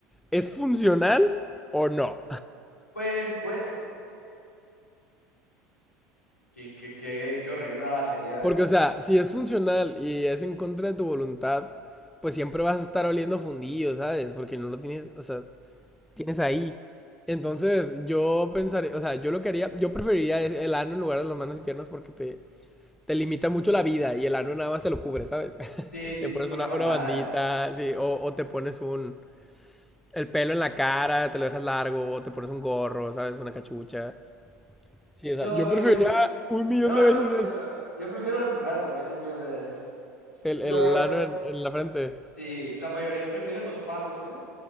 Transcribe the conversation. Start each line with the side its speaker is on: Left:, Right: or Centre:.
Centre: ¿Es funcional o no?
Left: Pues, pues, qué, qué, qué, qué horrible ah, sería.
Centre: Porque, o sea, si es funcional y es en contra de tu voluntad, pues siempre vas a estar oliendo fundido, ¿sabes? Porque no lo tienes, o sea, Tienes ahí. entonces yo pensaría, o sea, yo lo que haría, yo preferiría es el ano en lugar de las manos y piernas porque te, te limita mucho la vida y el ano nada más te lo cubre, ¿sabes? <laughs>
Left: Sí, sí,
Centre: Te pones
Left: te pones
Centre: una,
Left: bandanas.
Centre: una bandita, sí, o, o te pones un, el pelo en la cara, te lo dejas largo, o te pones un gorro, ¿sabes? Una cachucha. Sí, o sea,
Left: No,
Centre: yo preferiría
Left: yo, yo,
Centre: un millón
Left: yo
Centre: de
Left: yo
Centre: veces
Left: prefiero,
Centre: eso,
Left: yo prefiero la primera también un millón de veces.
Centre: el,
Left: LOL,
Centre: el ano en en la frente.
Left: sí, la mayoría prefieren los palos, ¿eh?